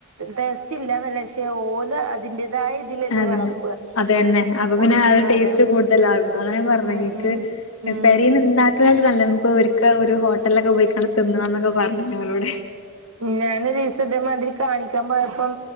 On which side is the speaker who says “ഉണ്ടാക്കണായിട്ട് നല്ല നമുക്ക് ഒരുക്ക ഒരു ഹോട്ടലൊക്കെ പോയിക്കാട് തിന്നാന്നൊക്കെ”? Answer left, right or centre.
Left